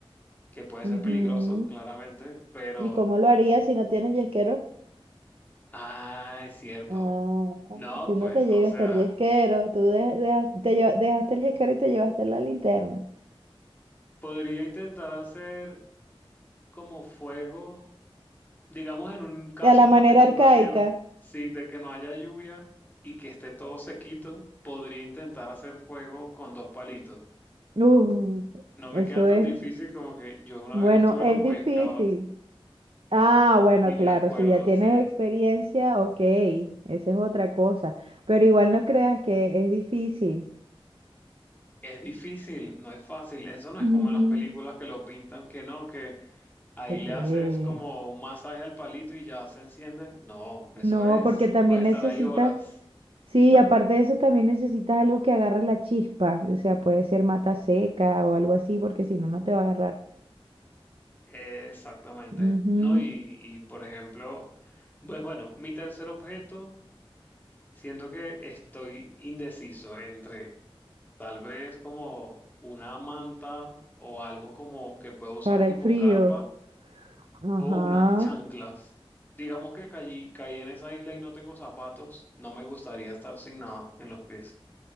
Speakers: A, on the left (about 20°); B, on the right (about 70°).
A: que puede ser
B: Ujú.
A: peligroso, claramente, pero,
B: ¿Y cómo lo harías si no tienes yesquero?
A: ah, es cierto.
B: Ah,
A: No,
B: tú
A: pues,
B: no te llegas
A: o sea,
B: hasta el yesquero, tú de- dejas- te lleva- dejaste el yesquero y te llevaste la linterna.
A: podría intentar hacer como fuego. Digamos en un caso
B: De la
A: hipotético
B: manera arcaica.
A: de que, no- sí, de que no haya lluvia y que esté todo sequito, podría intentar hacer fuego con dos palitos.
B: Uh,
A: No
B: eso
A: me queda tan
B: es,
A: difícil como que yo una
B: bueno,
A: vez estuve
B: es
A: en los Boy
B: difícil.
A: Scouts
B: Ah, bueno,
A: y
B: claro,
A: me acuerdo,
B: si ya tienes
A: sí.
B: experiencia, ok, esa es otra cosa, pero igual no creas que es difícil.
A: Es difícil, no es fácil. Eso no
B: Ujú.
A: es como en las películas que lo pintan, que no, que ahí
B: Sí.
A: le haces como un masaje al palito y ya se enciende. No,
B: No,
A: eso es,
B: porque también
A: puede estar
B: necesitas,
A: ahí horas.
B: sí, aparte de eso también necesitas algo que agarre la chispa, o sea, puede ser mata seca o algo así, porque si no, no te va a agarrar.
A: Exactamente.
B: Ujú,
A: No, y, y, por ejemplo, pues bueno, mi tercer objeto, siento que estoy indeciso entre tal vez como una manta o algo como que puedo usar
B: Para
A: tipo
B: el frío.
A: carpa
B: Ajá.
A: o unas chanclas. Digamos que caí, caí en esa isla y no tengo zapatos, no me gustaría estar sin nada en los pies.